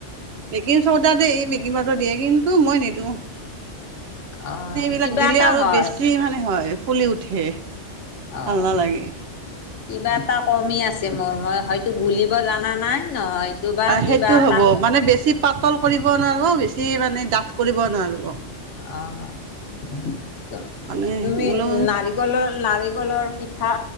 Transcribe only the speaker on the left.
অ',
কিবা
এটা
হয়,
অ',
কিবা এটা কমি আছে মোৰ, মই হয়ত্ তো গুলিব জানা নাই, নহয়তো বা কিবা
এটা
অ'। তুমি
নাৰিকলৰ, নাৰিকলৰ পিঠ্ ঠা,